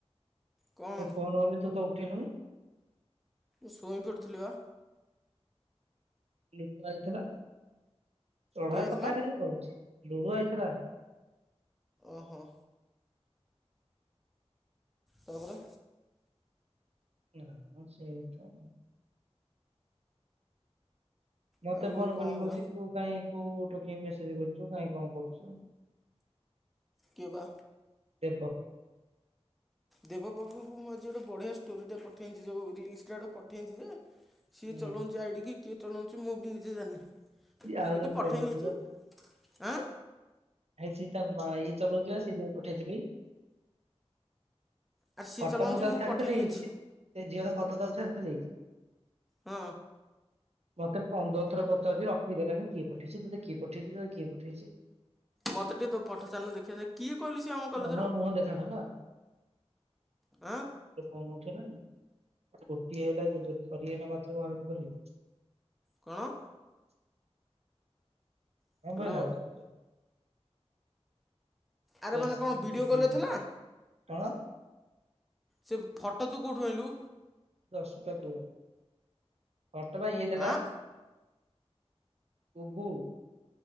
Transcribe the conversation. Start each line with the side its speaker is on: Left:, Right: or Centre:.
Centre: କଣ
Right: ମୋ ଫୋନ ଆଇଲେ ତୁ ତ କିଣିଲୁନି?
Centre: ମୁଁ ଶୋଇପଡ଼ିଥିଲି ବା।
Right: ଲିକୁ ଆଇଥେଲା। ଚଢା
Centre: କିଏ ଆଇଥିଲା
Right: କଥା ଖାଲି କହୁଛି ଲୁଡୁ ଆଇଥିଲା।
Centre: ଓହୋ, ତାପରେ,
Right: ନାମ ସେଇତ, ମତେ
Centre: ଆଉ ଇଏ
Right: ଫୋନ
Centre: କଣ
Right: କରିକି
Centre: ହେଲା
Right: ରଛି ତୁ କାଇହିଁ କୋଉଟ କି ମେସେଜ କରୁଚୁ କାଇଁ କଣ କରୁଚୁ।
Centre: କିଏ ବା,
Right: ଦେବ।
Centre: ଦେବ ପାଖୁଙ୍କୁ ମୁଁ ଆଜି ଗୋଟେ ବଢିଆ ଷ୍ଟୋରି ଟା ପଠେଇଛି ଯୋଉ ରିଲସଟା ଗୋଟେ ପଠେଇଛି ଯେ ସିଏ
Right: ହୁଁ
Centre: ଚଲଉଛି ଆଇଡିକି କିଏ ଚଲଉ ମୁଁ ବି ନିଜେ ଜାଣିନି
Right: ସିଏ
Centre: ମୁଁ
Right: ଆଉ
Centre: କିନ୍ତୁ
Right: ଜଣେ
Centre: ପଠେଇ
Right: ଚଲଉଛି
Centre: ନେଇଚି ଆଁ।
Right: ଆାଇ ସିଏ ତା ମା ଇଏ ଚଲଉଚି ବା ସେ ଯଉ ପଠେଇଥିଲି।
Centre: ଆରେ ସିଏ
Right: ଫଟୋ
Centre: ଚଲାଉଛି
Right: ମୁଁ ତାକୁ ଛାଡିଥିଲି
Centre: ପଠେଇ ନେଇଛି
Right: ସେ ଝିଅର ଫଟୋ ତାକୁ ଛାଡିଥିଲି।
Centre: ହଁ,
Right: ମତେ ପନ୍ଦର ଥର ପଚାରୁଚି ରଖେଇଦେଲାନି କିଏ ପଠେଇଚି ତୋତେ କିଏ ପଠେଇଚି ତୋତେ କିଏ ପଠେଇଚି।
Centre: ମତେ ଟିକେ ତୋ ପଠ ଛାଡ଼ୁନୁ ଦେଖିବାଯାଏ କିଏ କହିଲୁ ସିଏ ଆମ କଲେଜର
Right: ଆମର ମୁହଁ ଦେଖାନା ନାଁ?
Centre: ଆଁ
Right: ସେ ଫୋନ ଉଠେଇଲାନି ଗୋଟିଏ ହେଲା ସେଜୋ ଥରିଏ ଜମା ତୋ ଆରମ୍ଭ କଲି।
Centre: କଣ?
Right: <inaudible>
Centre: ହ୍ୟାଲୋ
Right: କଅଁ କହିଲା ଭସ କରିବା।
Centre: ଆରେ
Right: <inaudible>
Centre: ମାନେ କଣ ଭିଡ଼ିଓ କଲ୍ ରେ ଥିଲା
Right: କଣ,
Centre: ସେ ଫଟୋ ତୁ କଉଠୁ ଆଇଲୁ?
Right: ଦଶଟା କୁହ ହଟବା ଇଏ ଦେଲା।
Centre: ହାଁ
Right: କୁବୁ,